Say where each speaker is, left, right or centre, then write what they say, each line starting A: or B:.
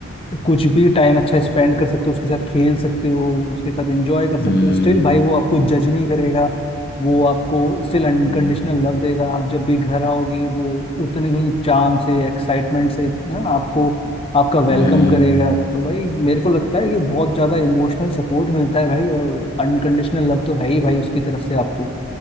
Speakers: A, on the left; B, on the left.
A: कुछ भी टाइम अच्छा स्पेंड कर सकते हो उसके साथ खेल सकते हो उसके साथ एंजॉय कर सकते
B: हम्म,
A: हो स्टिल भाई वो आपको जज नहीं करेगा वो आपको स्टिल अनकंडीशनल
B: हम्म,
A: लव देगा आप जब भी घर आओगे वो उतने ही चाम से एक्साइटमेंट से ना आपको आपका वेलकम
B: हम्म,
A: करेगा तो भाई मेरे को लगता है ये बहुत ज्यादा इमोशनल सपोर्ट मिलता है भाई और अनकंडीशनल लव तो है ही भाई उसकी तरफ से आपको